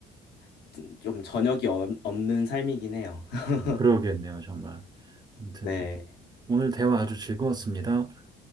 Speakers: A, on the left; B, on the right.
A: <laughs> 좀 저녁이 없- 없는 삶이긴 해요. <laughs>
B: 뭐 그러겠네요, 정말. 아무튼
A: 네.
B: 오늘 대화 아주 즐거웠습니다.